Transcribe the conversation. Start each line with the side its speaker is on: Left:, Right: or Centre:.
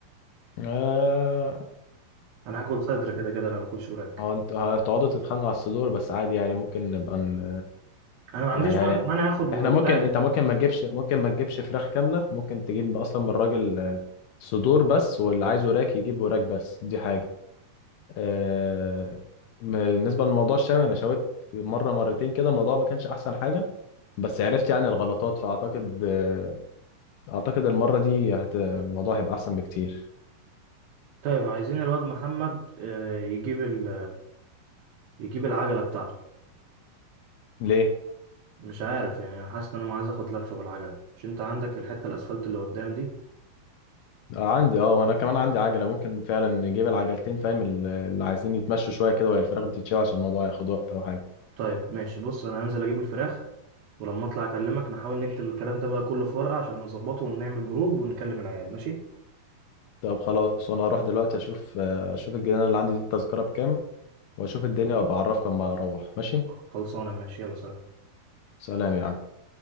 Left: آه
Right: انا هاكل صدر كده كده انا ما باكلش وراك
Left: اه انتوا هتقعدوا تتخانقوا على الصدور بس عادي يعني ممكن نبقى ن...
Right: انا ما عنديش
Left: يعني
Right: مانع
Left: هن...
Right: مانع اخد و-
Left: احنا ممكن
Right: وراك
Left: انت ممكن
Right: بس
Left: ما تجيبش ممكن ما تجيبش فراخ كاملة ممكن تجيب اصلا من الراجل آه، صدور بس واللي عايز وراك يجيب وراك بس دي حاجة آه، بالنسبة لموضوع الشوي انا شويت مرة مرتين كده الموضوع ما كانش احسن حاجة بس عرفت يعني الغلطات فاعتقد آه، اعتقد المرة دي هت... الموضوع هيبقى احسن بكتير
Right: طيب عايزين الواد محمد آه، يجيب ال... يجيب العجله بتاعته
Left: ليه
Right: مش عارف يعني انا حاسس ان انا عايز اخد لفه بالعجله مش انت عندك الحته الاسفلت اللي قدام دي
Left: آه، عندي اه وانا كمان عندي عجله ممكن فعلا نجيب العجلتين فاهم ال- اللي عايزين يتمشوا شويه كده وهي الفراخ بتتشوي عشان الموضوع هياخد وقت او حاجه
Right: طيب ماشي بص انا هنزل اجيب الفراخ ولما اطلع اكلمك نحاول نكتب الكلام ده بقى كله في ورقه عشان نظبطه ونعمل جروب ونكلم العيال ماشي
Left: طب خلاص وانا هروح دلوقتي اشوف آه، اشوف الجنينه اللي عندي دي التذكره بكام واشوف الدنيا وابقى اعرفك اما اروح ماشي
Right: خلصانه ماشي يلا سلام
Left: سلام يا عم